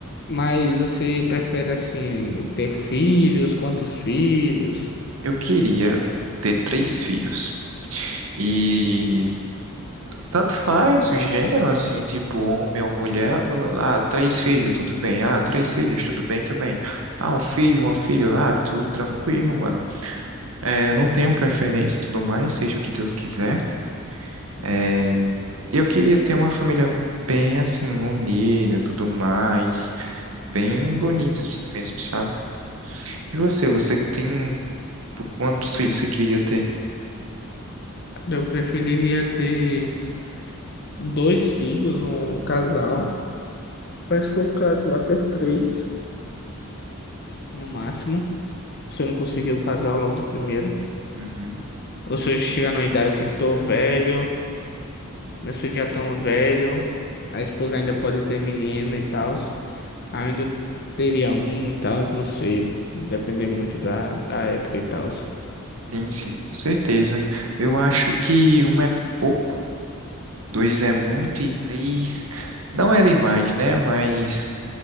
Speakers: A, on the left (about 50°); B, on the right (about 75°).
A: Mas você prefere assim ter filhos? Quantos filhos?
B: Eu queria ter três filhos. E tanto faz o gênero, assim, tipo homem ou mulher. Ah, três filhos, tudo bem. Ah, três filhos, tudo bem também. Ah, um filho, uma filha, ah, tudo tranquilo, mano. É, não tenho preferência e tudo mais, seja o que Deus quiser. É, eu queria ter uma família bem, assim, unida, tudo mais. Bem bonito assim mesmo, sabe? E você, você tem, tipo, quantos filhos você queria ter?
A: Eu preferiria ter dois filhos, um casal. Mas se for o caso, até três no máximo. Você não conseguiu casar logo de primeira.
B: Uhum.
A: Ou se hoje chegar numa idade assim, tô velho, meus filhos já tão velho, a esposa ainda pode ter menino e tal, ainda teria um e tal, não sei, depender muito da, da época e tal.
B: Sim, sim, com certeza. Eu acho que um é pouco, dois é muito e três não é demais, né? Mas